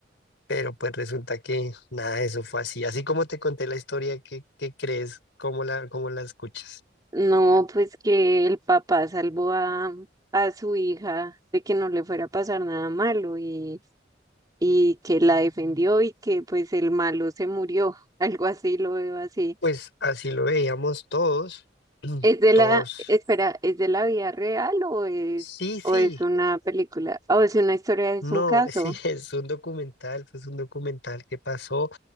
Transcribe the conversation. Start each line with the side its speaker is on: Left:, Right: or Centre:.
Left: Pero pues resulta que nada de eso fue así. Así como te conté la historia, ¿qué, qué crees? ¿Cómo la, cómo la escuchas?
Right: No, pues que el papá salvó a, a su hija de que no le fuera a pasar nada malo y, y que la defendió y que pues el malo se murió, <laughs> algo así lo veo así.
Left: Pues así lo veíamos todos, <clears throat>
Right: ¿Es de la,
Left: todos.
Right: espera, es de la vida real o es,
Left: Sí, sí,
Right: o es una
Left: eh,
Right: película, o es una historia, es
Left: no,
Right: un caso?
Left: sí, <laughs> es un documental, pues un documental que pasó